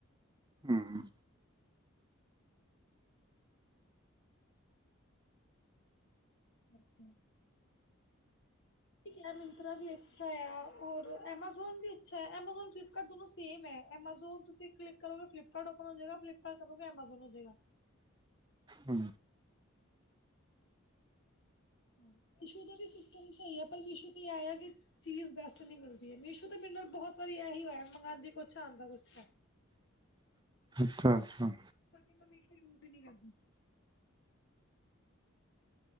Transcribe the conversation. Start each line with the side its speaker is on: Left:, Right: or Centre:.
Right: ਹੂੰ
Left: ਓਕੇ। ਠੀਕ ਐ, ਮਿੰਤਰਾ ਵੀ ਅੱਛਾ ਯਾ, ਹੋਰ ਐਮਾਜ਼ੋਨ ਵੀ ਅੱਛਾ ਹੈ, ਐਮਾਜ਼ੋਨ, ਫਲਿਪਕਾਰਟ ਦੋਨੋ ਸੇਮ ਐ, ਐਮਾਜ਼ੋਨ ਤੁਸੀਂ ਕਲਿੱਕ ਕਰੋਗੇ, ਫਲਿਪਕਾਰਟ ਓਪਨ ਹੋ ਜੇਗਾ, ਫਲਿੱਪਕਾਰਟ ਕਰੋਗੇ ਐਮਾਜ਼ੋਨ ਹੋਜੇਗਾ।
Right: ਹੂੰ
Left: ਮੀਸ਼ੂ ਦਾ ਵੀ ਸਿਸਟਮ ਸਹੀ ਹੈ, ਪਰ ਮੀਸ਼ੂ ਤੇ ਆਇਆ ਕਿ ਚੀਜ਼ ਬੈਸਟ ਨੀ ਮਿਲਦੀ ਐ, ਮੀਸ਼ੋ ਤੇ ਮੇਰੇ ਨਾਲ ਬਹੁਤ ਵਾਰੀ ਐਹੀ ਹੋਇਆ ਮੰਗਾਂਦੀ ਕੁਛ ਆਓ, ਆਂਦਾ ਕੁਛ ਐ।
Right: ਅੱਛਾ-ਅੱਛਾ।
Left: ਤਾਂ ਫਿਰ, ਮੀਸ਼ੁ ਯੂਜ ਹੀ ਨਹੀਂ ਕਰਦੀ।